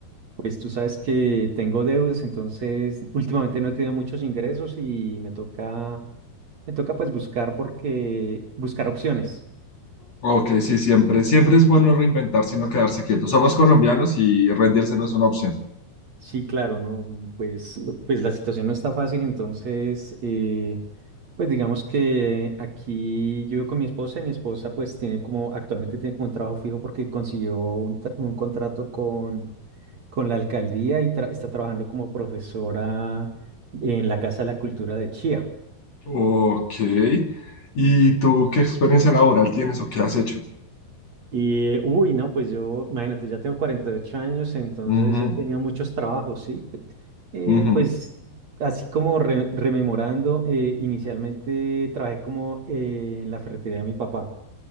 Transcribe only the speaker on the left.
Ok, sí, siempre, siempre es bueno reinventarse y no quedarse quieto. Somos colombianos y rendirse no es una opción.
Ok, ¿y tú qué experiencia laboral tienes o qué has hecho?
Ujú,
ujú,